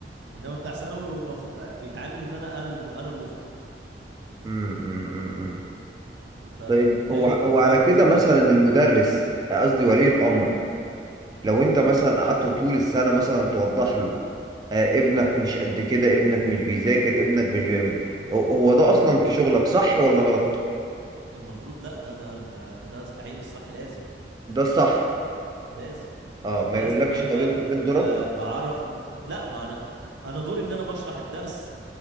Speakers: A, on the right; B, on the right.
A: انما بتاع ثانوي المفروض آه، بيتعامل ان انا انا الم- انا المخطئ
B: امم امم أمم.
A: فبالتالي
B: طيب هو هو
A: دي
B: على كده
A: دي
B: مثلا
A: ده فرق
B: المدرس قصدي ولي الامر لو انت مثلا قعدت طول السنه مثلا توضح له آه ابنك مش قد كده ابنك مش بيذاكر ابنك مش بيعمل هو هو ده اصلا في شغلك صح ولا غلط
A: المفروض لا ده ده ده, ده عين الصح لازم
B: ده الصح
A: لازم
B: اه ما
A: لازم
B: يقولكش
A: ان انا
B: طب
A: ب... ب...
B: انت فين دورك
A: ب... بعرف ال... لا ما انا انا دوري ان انا بشرح الدرس